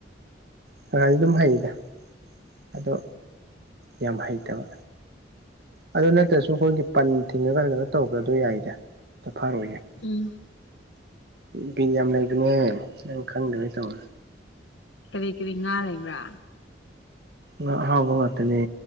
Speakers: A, on the right; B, on the left.
A: ꯈꯔꯗꯤ ꯑꯗꯨꯝ ꯍꯩꯗ ꯑꯗꯣ ꯌꯥꯝ ꯍꯩꯇꯕ ꯑꯗꯨ ꯅꯠꯇ꯭ꯔꯁꯨ ꯑꯩꯈꯣꯏꯒꯤ ꯄꯟ ꯊꯤꯡꯉ ꯀꯩꯅꯣ ꯇꯧꯕꯗꯣ ꯌꯥꯏꯗ ꯐꯈꯔꯨ ꯌꯥꯏ
B: ꯎꯝ
A: ꯕꯤꯜ ꯌꯥꯝ ꯂꯩꯕꯅꯦ ꯅꯪ ꯈꯪꯗꯕꯩ ꯇꯧꯕ
B: ꯀꯔꯤ ꯀꯔꯤ ꯉꯥ ꯂꯩꯕ꯭ꯔꯥ
A: ꯉꯥ ꯑꯍꯥꯎꯕ ꯉꯥꯛꯇꯅꯦ